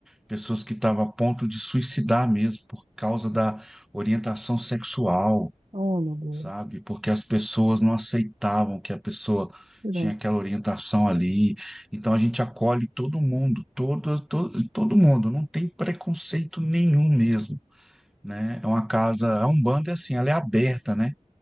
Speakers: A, in the centre; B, on the right.
A: Pessoas que estavam a ponto de suicidar mesmo por causa da orientação sexual,
B: Oh, meu Deus.
A: sabe? Porque as pessoas não aceitavam que a pessoa
B: Não.
A: tinha aquela orientação ali. Então a gente acolhe todo mundo, todo, todo, todo mundo, não tem preconceito nenhum mesmo. Né? É uma casa, a Umbanda é assim, ela é aberta, né?